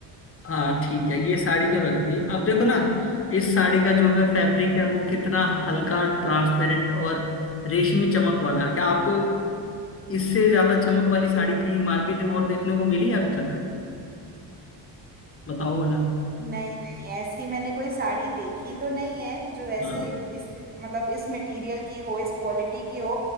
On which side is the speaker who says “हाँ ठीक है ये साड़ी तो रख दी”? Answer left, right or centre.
Left